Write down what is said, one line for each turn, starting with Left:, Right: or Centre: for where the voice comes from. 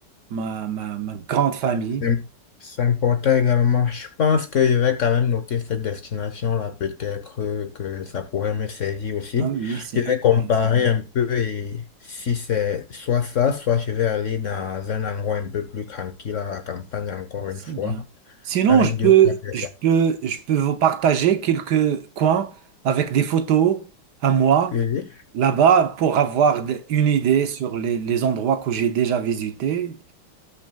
Right: ma, ma, ma grande famille.
Left: C'est c'est important également. Je pense que je vais quand même noter cette destination-là, peut-être euh, que ça pourrait me servir aussi.
Right: Ah oui, c'est
Left: Je vais
Right: intéressant.
Left: comparer un peu et si c'est soit ça, soit je vais aller dans un endroit un peu plus tranquille à la campagne encore une
Right: C'est
Left: fois,
Right: bien. Sinon,
Left: avec
Right: je peux,
Left: deux ou trois personnes.
Right: je peux, je peux vous partager quelques coins avec des photos à moi
Left: Oui, oui.
Right: là-bas pour avoir d- une idée sur les, les endroits que j'ai déjà visités.